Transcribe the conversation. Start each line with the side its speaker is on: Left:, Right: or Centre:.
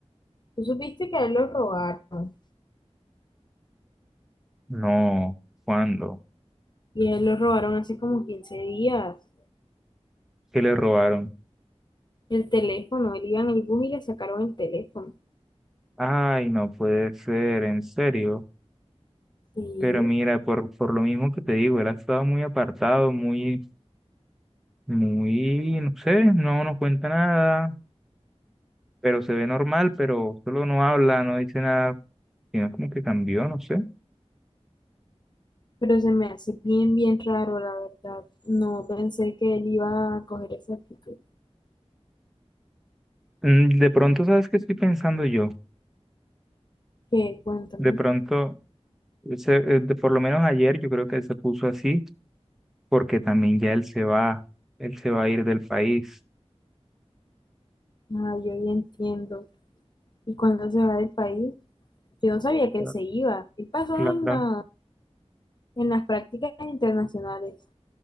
Left: Tú supiste que a él lo robaron
Centre: No, ¿cuándo?
Left: y a él lo robaron hace como quince días.
Centre: ¿Qué le robaron?
Left: El teléfono, él iba en el bus y le sacaron el teléfono.
Centre: Ay, no puede ser, en serio.
Left: Sí,
Centre: Pero mira, por, por lo mismo que te digo, él ha estado muy apartado, muy Muy, no sé, no nos cuenta nada, pero se ve normal, pero solo no habla, no dice nada, sino como que cambió, no sé.
Left: pero se me hace bien, bien raro, la verdad. No pensé que él iba a coger esa actitud.
Centre: Mm, De pronto, ¿sabes qué estoy pensando yo?
Left: qué cuéntame,
Centre: De pronto, se- eh, de- por lo menos ayer yo creo que él se puso así porque también ya él se va, él se va a ir del país.
Left: ah, yo ya entiendo. ¿Y cuándo se va del país? Yo no sabía que
Centre: Claro,
Left: él se iba. ¿Qué pasó
Centre: claro,
Left: en la, en las prácticas internacionales?